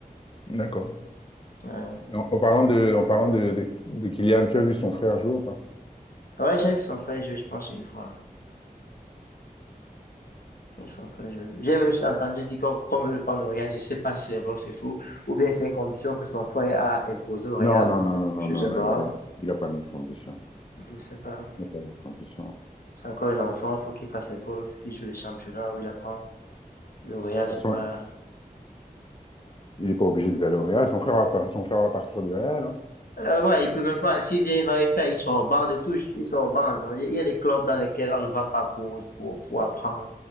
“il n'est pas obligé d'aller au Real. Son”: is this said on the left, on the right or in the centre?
Left